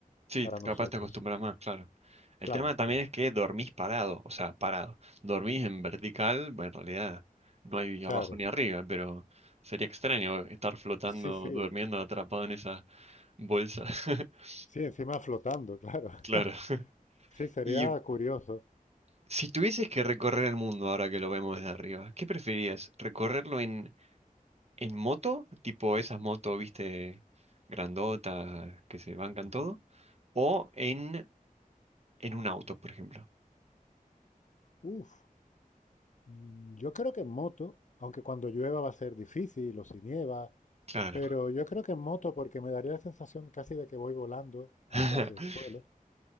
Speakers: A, on the right; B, on the left.
A: Sí,
B: para nosotros.
A: capaz te acostumbras más, claro. El
B: Claro,
A: tema también
B: claro,
A: es que dormís parado, o sea, parado. Dormís en vertical, bueno, en realidad no hay
B: claro.
A: abajo ni arriba, pero sería extraño estar flotando,
B: Sí, sí.
A: durmiendo, atrapado en esa bolsa. <laughs>
B: Sí, encima flotando, claro.
A: Claro.
B: <laughs>
A: <laughs>
B: Sí, sería
A: Y
B: curioso.
A: si tuvieses que recorrer el mundo ahora que lo vemos desde arriba, ¿qué preferirías? ¿Recorrerlo en, en moto? Tipo esas motos, viste, grandotas, que se bancan
B: Ujú.
A: todo. ¿O en, en un auto, por ejemplo?
B: Uf, mm, yo creo que en moto, aunque cuando llueva va a ser difícil o si nieva,
A: Claro.
B: pero yo creo que en moto porque me daría la sensación casi de que voy volando a
A: <laughs>
B: ras del suelo